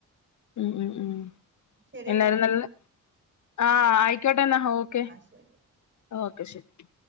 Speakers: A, on the left (about 50°); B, on the right (about 30°).
A: ഉം ഉം ഉം
B: ശെരിയടാ
A: എല്ലാരും
B: <unintelligible>
A: നല്ല ആ ആയി ക്കോട്ടന്നാ ഓക്കെ.
B: ശരി
A: ഓക്കെ ശെരി.